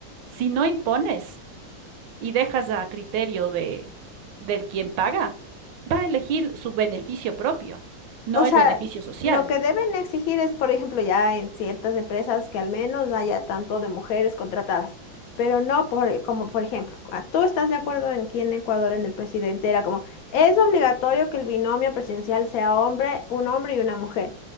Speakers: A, on the right; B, on the left.
A: si no impones y dejas a criterio de, del quien paga, va a elegir su beneficio propio, no
B: O
A: el
B: sea,
A: beneficio social.
B: lo que deben exigir es, por ejemplo, ya en ciertas empresas que al menos haya tanto de mujeres contratadas, pero no por, como por ejemplo, ah, tú estás de acuerdo en que en Ecuador en el presidente era como, es obligatorio que el binomio presidencial sea hombre, un hombre y una mujer.